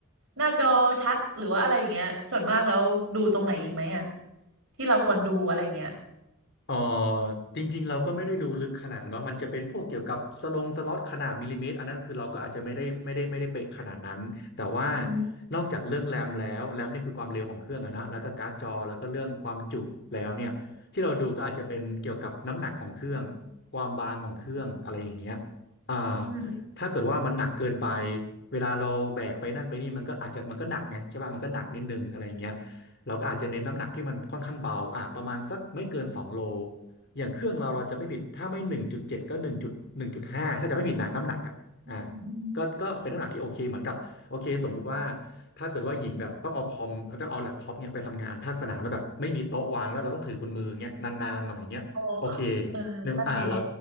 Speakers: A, on the right; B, on the left.
A: หน้าจอชัดหรือว่าอะไรอย่างเงี้ยส่วนมากแล้วดูตรงไหนอีกไหมอ่ะที่เราควรดูอะไรอย่างเงี้ย
B: เออจริงๆเราก็ไม่ได้ดูลึกขนาดนั้นเนาะมันจะเป็นพวกเกี่ยวกับสลงสล็อตขนาดมิลลิเมตรอันนั้นคือเราก็อาจจะไม่ได้ไม่ได้ไม่ได้เป๊ะขนาดนั้นแต่ว่า
A: อืม
B: นอกจากเรื่องแรมแล้วแรมนี่คือความเร็วของเครื่องอะนะแล้วก็การ์ดจอแล้วก็เรื่องความจุแล้วเนี่ยที่เราดูก็อาจจะเป็นเกี่ยวกับน้ำหนักของเครื่องความบางของเครื่องอะไรอย่างเงี้ยอ่า
A: อืม
B: ถ้าเกิดว่ามันหนักเกินไปเวลาเราแบกไปนั่นไปนี่มันก็อาจจะมันก็หนักไงใช่ป่ะมันก็หนักนิดนึงอะไรอย่างเงี้ย เราก็อาจจะเน้นน้ำหนักที่มันค่อนข้างเบาอ่ะประมาณสักไม่เกินสองโลอย่างเครื่องเราเราจะไม่ผิดถ้าไม่หนึ่งจุดเจ็ดก็หนึ่งจุดหนึ่งจุดห้าถ้าจะไม่ผิดนะน้ำหนักอ่ะอ่ะ
A: อืมอืมอืม
B: ก็ก็เป็นน้ำหนักที่โอเคเหมือนกับโอเคสมมุติว่าถ้าเกิดว่าหญิงแบบต้องเอาคอมต้องเอาแล็ปท็อปเนี่ยไปทำงานภาคสนามแล้วแบบไม่มีโต๊ะวางแล้วเราต้องถือบนมืออย่างเงี้ยนานๆหน่อยเงี้ยโอเค
A: โอ้เออนั่นดี
B: เนอะอ่าเรา